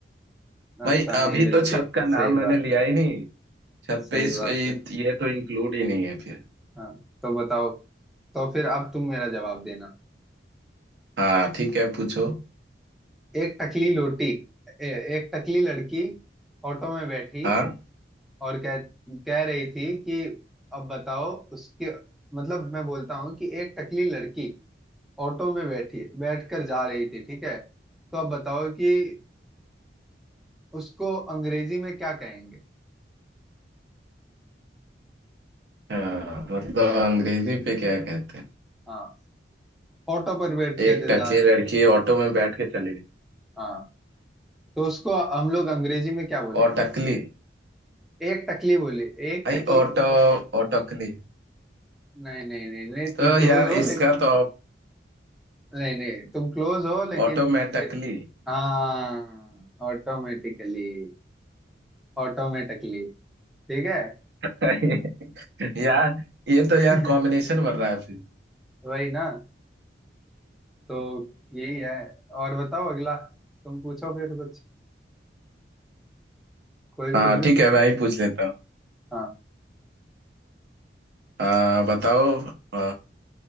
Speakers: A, on the right (about 65°); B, in the centre.
A: भाई
B: अच्छा नहीं
A: अभी
B: मिलती
A: तो छत का नाम
B: सही
A: मैंने
B: बात
A: लिया
B: है
A: ही नहीं छत
B: सही
A: पे इस
B: बात
A: ये
B: है
A: तो इंक्लूड ही नहीं है फिर
B: हाँ तो बताओ तो फिर अब तुम मेरा जवाब देना
A: हाँ ठीक है पूछो
B: एक टकली लोटी ए- एक टकली लड़की ऑटो में बैठी
A: हाँ
B: और कह कह रही थी कि अब बताओ उसके मतलब मैं बोलता हूँ कि एक टकली लड़की ऑटो में बैठी बैठकर जा रही थी ठीक है तो अब बताओ कि उसको अंग्रेजी में क्या कहेंगे
A: हाँ, मतलब अंग्रेजी पे क्या कहते हैं
B: हाँ ऑटो पर बैठ कर
A: एक टकली
B: जा रही
A: लड़की
B: थी
A: ऑटो में बैठ के चली गई
B: हाँ तो उसको हम लोग अंग्रेजी में क्या बोलेंगे
A: और टकली
B: एक टकली बोली एक
A: आई
B: टकली
A: ऑटो
B: ओ,
A: और टकली
B: नहीं नहीं नहीं नहीं तुम
A: तो
B: क्लोज
A: यार
B: हो
A: इसका
B: लेकिन
A: तो
B: नहीं नहीं तुम क्लोज हो लेकिन
A: ऑटो में टकली
B: हाँ ऑटोमेटिकली ऑटोमेटिकली ठीक है
A: <laughs> यार ये तो
B: <laughs>
A: यार कॉम्बिनेशन बन रहा है फिर
B: वही ना तो यही है और बताओ अगला तुम पूछो फिर कुछ कोई
A: हाँ
B: कुछ भी
A: ठीक
B: पूछो
A: है मैं ही पूछ लेता हूँ
B: हाँ
A: आ, बताओ आ,